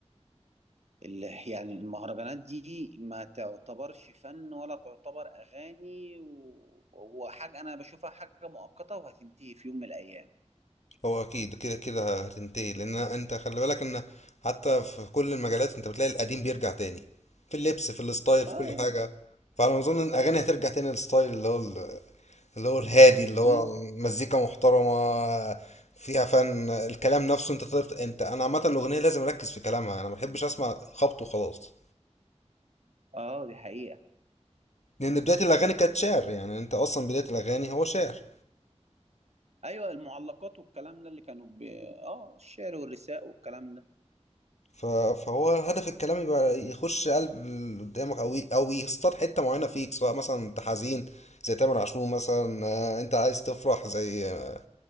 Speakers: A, on the right (about 65°); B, on the left (about 75°).
A: ال... يعني المهرجانات دي ما تعتبرش فن ولا تعتبر اغاني و... وحاجة انا بشوفها حاجة مؤقتة وهتنتهي في يوم من الايام
B: هو اكيد كده كده هتنتهي لان انت خلي بالك ان حتى في كل المجالات انت بتلاقي القديم بيرجع تاني في اللبس في الستايل
A: اه
B: في كل حاجه فانا اظن ان الاغاني هترجع تاني للستايل اللي هو ال- اللي هو الهادي اللي هو
A: مم.
B: مزيكا محترمه فيها فن الكلام نفسه انت تعرف انت انا عامه الاغنيه لازم اركز في كلامها انا ما بحبش اسمع خبط وخلاص
A: اه دي حقيقة
B: لان بدايه الاغاني كانت شعر يعني انت اصلا بدايه الاغاني هو شعر
A: ايوه المعلقات والكلام ده اللي كانوا ب... اه الشعر والرثاء والكلام ده
B: ف- فهو هدف الكلام يبقى يخش قلب اللي قدامك او ي- او يصطاد حته معينه فيك سواء مثلا انت حزين زي تامر عاشور مثلا آه، انت عايز تفرح زي آه،